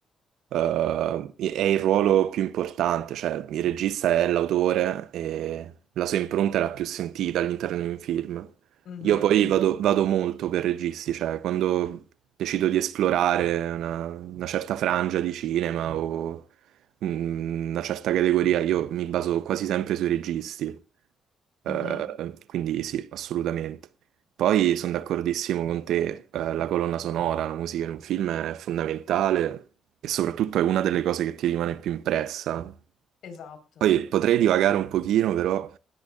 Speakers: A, on the right; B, on the left.
A: eh, è il ruolo più importante, cioè il regista è l'autore e la sua impronta è la più sentita all'interno di un film.
B: Mhm,
A: Io poi
B: esatto.
A: vado, vado molto per registi, cioè quando decido di esplorare una, una certa frangia di cinema o mm, una certa categoria, io mi baso quasi sempre sui registi. Eh,
B: Mhm.
A: quindi sì, assolutamente. Poi sono d'accordissimo con te, eh, la colonna sonora, la musica in un film è fondamentale e soprattutto è una delle cose che ti rimane più impressa.
B: Esatto.
A: Poi potrei divagare un pochino, però